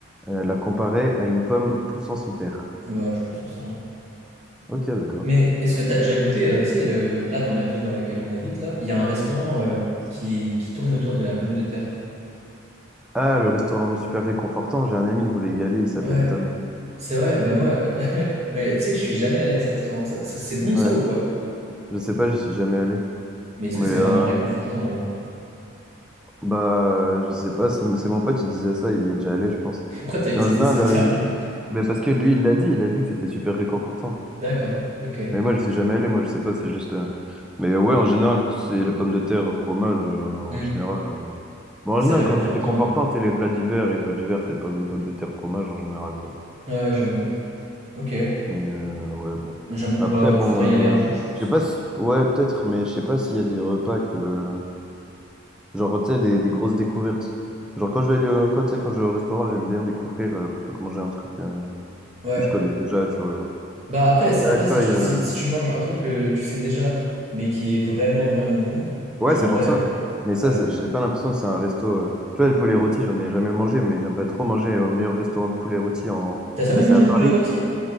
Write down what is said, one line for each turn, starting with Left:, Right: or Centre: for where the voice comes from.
Centre: euh, la comparaient à une pomme poussant sous terre.
Right: Ouais, je pense que c'est ça. hein.
Centre: Ok, d'accord.
Right: Mais est-ce que t'as déjà goûté, euh, tu sais, euh, là, dans la ville dans laquelle on habite, là, il y a un restaurant euh, qui, qui tourne autour de la pomme de terre.
Centre: Ah, le restaurant super réconfortant. J'ai un ami, il voulait y aller, il s'appelle
Right: Ouais,
Centre: Tom.
Right: c'est vrai, bah moi, ouais. <laughs> Mais tu sais que je suis jamais allé à ce restaurant. Ça, ça- c'est bon
Centre: Ouais,
Right: ça ou pas?
Centre: je sais pas, j'y suis jamais allé.
Right: Mais est-ce
Centre: Mais
Right: que c'est
Centre: euh,
Right: vraiment réconfortant alors?
Centre: Bah, je sais pas, c'est mo- c'est mon pote, il disait ça, il y est déjà allé, je pense.
Right: Pourquoi t'as utilisé
Centre: Mais en général,
Right: ce terme?
Centre: euh, mais parce que lui, il l'a dit, il a dit que c'était super réconfortant.
Right: <laughs> D'accord, ok.
Centre: Mais moi, je suis jamais allé, moi, je sais pas, c'est juste. euh, Mais ouais, en général, du coup, c'est les pommes de terre, fromage, euh, en
Right: Hmm.
Centre: général. Bon,
Right: C'est
Centre: en général,
Right: réconfortant,
Centre: quand on dit réconfortant,
Right: ouais.
Centre: c'est les plats d'hiver, et plats d'hiver, c'est pommes, pommes de terre, fromage, en général, quoi.
Right: Ouais, j'avoue. Ok.
Centre: Mais euh, ouais, bon.
Right: J'aime- Bah,
Centre: Après, bon,
Right: il faudrait y aller un jour,
Centre: euh,
Right: je pense.
Centre: je sais pas si. Ouais, peut-être, mais je sais pas s'il y a des repas que. Genre, tu sais, des, des grosses découvertes. Genre, quand je vais aller au, quand, tu sais, quand je vais au restaurant, j'aime bien découvrir euh, plutôt que manger un truc euh,
Right: Ouais.
Centre: que je connais déjà, tu vois. Genre.
Right: Bah après,
Centre: Et
Right: c'est-
Centre: là,
Right: après
Centre: tu
Right: si
Centre: vois,
Right: tu,
Centre: il y a...
Right: si, si tu manges un truc que tu sais déjà, mais qui est vraiment, vraiment bon,
Centre: Ouais,
Right: genre
Centre: c'est
Right: en
Centre: pour
Right: vrai,
Centre: ça. Mais ça,
Right: euh, ouais.
Centre: c'est- j'ai pas l'impression que c'est un resto. euh, Tu vois, le poulet rôti, j'en ai jamais mangé, mais j'aimerais trop manger au meilleur restaurant de poulet rôti en.
Right: T'as jamais
Centre: Enfin,
Right: mangé
Centre: c'est à Paris.
Right: de poulet rôti?